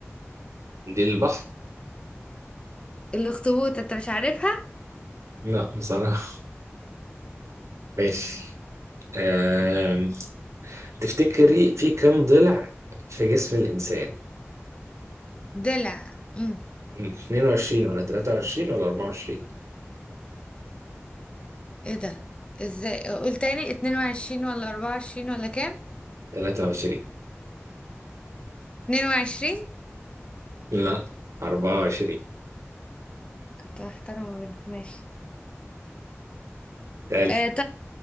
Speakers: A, on the right; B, on the left.
A: دي البحر؟
B: الاخطبوط انت مش عارفها
A: لا بصراحة ماشي
B: مم.
A: أم... تفتكري في كم ضلع في جسم الإنسان؟
B: ضلع امم
A: مم. 22 ولا 23 ولا 24؟
B: ايه ده ازاي قول تاني 22 ولا 24 ولا كام
A: 23
B: 22
A: لا 24
B: كنت هحترمه منك ماشي
A: تالي
B: آه